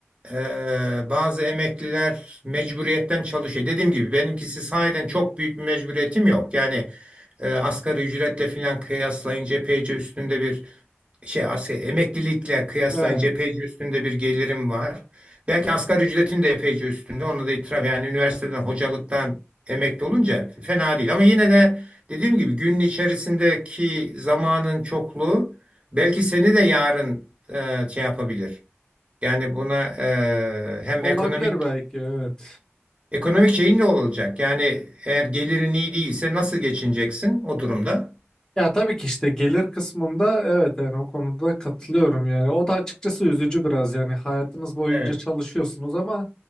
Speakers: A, on the right; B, on the left.
A: e, bazı emekliler mecburiyetten çalışıyor. Dediğim gibi benimkisi sahiden çok büyük bir mecburiyetim yok. Yani e, asgari ücretle filan kıyaslayınca epeyce üstünde bir şey asgari emeklilikle kıyaslayınca
B: e,
A: epeyce üstünde bir gelirim var. Belki asgari ücretin de epeyce üstünde. Onu da itiraf yani üniversiteden hocalıktan emekli olunca fena değil. Ama yine de dediğim gibi günün içerisindeki zamanın çokluğu belki seni de yarın e, şey yapabilir. Yani buna e, hem
B: olabilir
A: ekonomik
B: belki evet.
A: ekonomik şeyin ne olacak? Yani eğer gelirin iyi değilse nasıl geçineceksin o durumda?
B: Ya tabii ki işte gelir kısmında evet yani o konuda katılıyorum yani. O da açıkçası üzücü biraz yani hayatınız boyunca
A: Evet.
B: çalışıyorsunuz ama